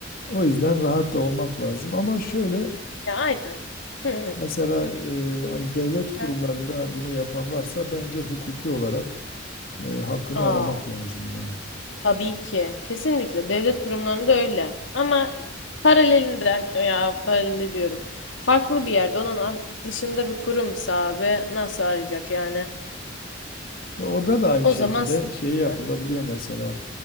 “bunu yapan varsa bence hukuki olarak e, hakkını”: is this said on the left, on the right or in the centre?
Left